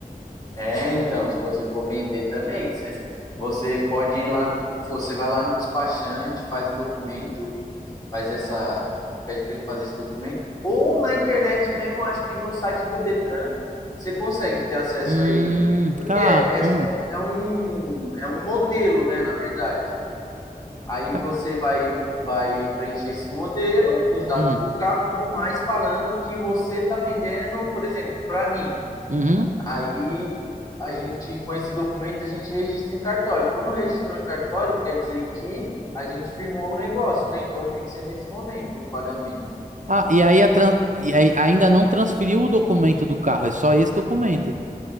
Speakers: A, on the left; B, on the right.
A: É, então, se você for vender também, você, você pode ir lá, você vai lá no despachante, faz o documento, faz essa, pede para ele fazer esse documento, ou na internet mesmo, acho que no site do Detran, você consegue ter acesso
B: Hum,
A: a ele. Porque
B: cara.
A: é, é,
B: ah,
A: só- é um, é um modelo, né, na verdade. Aí
B: ca-
A: você vai, vai preencher esse modelo com os dados
B: hum,
A: do carro e tudo mais, falando que você está vendendo, por exemplo, para mim.
B: uhum.
A: Aí a gente, com esse documento, a gente registra em cartório. Quando registrou em cartório, quer dizer que a gente firmou o negócio, né? Então tem que ser nesse momento o pagamento.
B: Ah, e aí, a tran- e aí ainda não transferiu o documento do carro, é só esse documento.